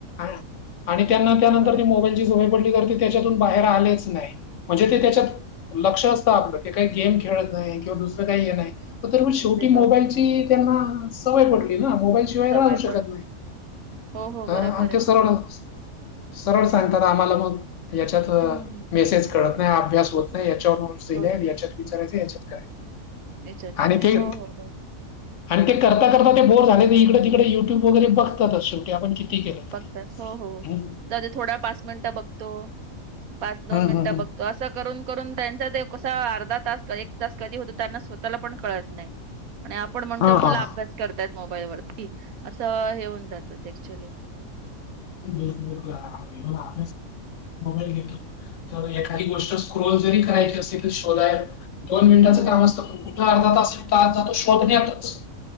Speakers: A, on the left (about 65°); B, on the right (about 80°).
A: आण आणि त्यांना
B: हम्म
A: त्यानंतर
B: बरं
A: मोबाईलची सवय- पडली कारण ते त्याच्यातून बाहेर आलेच नाय म्हणजे ते त्याच्यात
B: हम्म.
A: लक्ष असतं आपलं की काही गेम खेळत नाही किंवा दुसरं काही हे नाही त तरी पण शेव-
B: असे हो
A: त्याची त्यांना सवय पडली नां. शिवाय
B: सवय
A: राहू शकत
B: पडली
A: नाही
B: हो हो बरोबर
A: आं आणि
B: आहे
A: ते सरळच- सरळ सांगतात आम्हाला मग ह्याच्यात
B: हम्म
A: मेसेज- कळत नाय, अभ्यास होत नाही याच्यावर नोट्स दिले,
B: होत
A: याच्यात विचारायच, याच्यात काय-
B: याचत
A: आणि
B: काय
A: ते
B: हों हों हों
A: आणि ते करता करता ते बोर झाले ते इकडे तिकडे युट्यूब वगैरे बघतातच शेवटी आपण किती केलं तरी
B: बघताच हो हो
A: हं?
B: दादा थोडा पाच मिनिटं बघतो पाच
A: हं,
B: दोन मिनिटं
A: हं, हं.
B: बघ तो असं करून करून त्यांचा ते कसा अर्धा तास एक तास कधी होतो त्यांना स्वतःला पण कळत नाही आणि आपण म्हणतो
A: हा
B: मुला
A: हा हा.
B: अभ्यास करतायत मोबाईल वरती असं हे होऊन जातात ऍक्च्युली
A: ला घेतो तर एखादी गोष्ट स्क्रोल जरी करायची असे तर शोधाय दोन मिनिटांचं
B: हम्म
A: काम असतं पण कुठं अर्धा तास आणि तास जात शोधण्यातच.